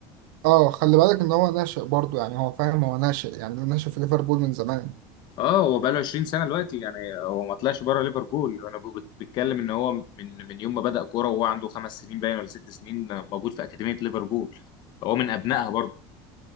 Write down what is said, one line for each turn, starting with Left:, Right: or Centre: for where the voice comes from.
Right: آه، خلي بالك ان هو ناشئ برضه يعني هو فاهم هو ناشئ يعني ده ناشئ في ليفربول من زمان
Left: اه هو بقاله 20 سنه دلوقتي يعني هو ما طلعش بره ليفربول انا ب- بتكلم ان هو من من يوم ما بدأ كوره وهو عنده خمس سنين باين ولا ست سنين موجود في اكاديميه ليفربول فهو من ابنائها برضو